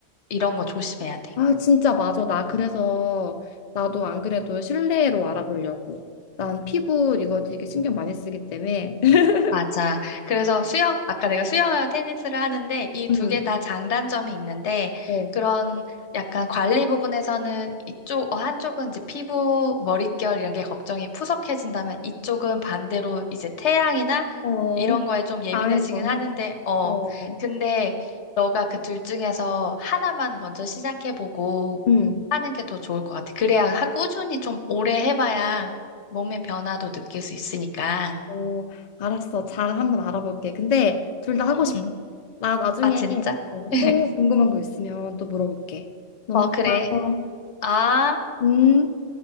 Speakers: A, on the left; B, on the left.
A: 이런 거 조심해야 돼.
B: 아, 진짜 맞아. 나 그래서 나도 안 그래도 실내로 알아보려고. 난 피부 이거 되게 신경 많이 쓰기 때문에. <laughs>
A: 맞아. 그래서 수영, 아까 내가 수영하고 테니스를 하는데 이 두
B: 응,
A: 개 다 장단점이 있는데
B: 어,
A: 그런 약간 관리 부분에서는 이쪽, 어, 한쪽은 이제 피부, 머릿결 이런 게 걱정이 푸석해진다면 이쪽은 반대로 이제 태양이나
B: 어,
A: 이런 거에 좀 예민해지긴
B: 자외선.
A: 하는데, 어,
B: 어,
A: 근데 너가 그 둘 중에서 하나만 먼저 시작해보고
B: 응,
A: 하는 게 더 좋을 것 같아. 그래야 하- 꾸준히 좀 오래 해봐야 몸의 변화도 느낄 수 있으니까.
B: 어, 알았어. 잘 한번 알아볼게. 근데 둘 다 하고
A: 음.
B: 싶어. 나 나중에
A: 아, 진짜?
B: 어,
A: <laughs>
B: 또 궁금한 거 있으면 또 물어볼게. 너무
A: 어, 그래.
B: 고마워.
A: 아,
B: 음.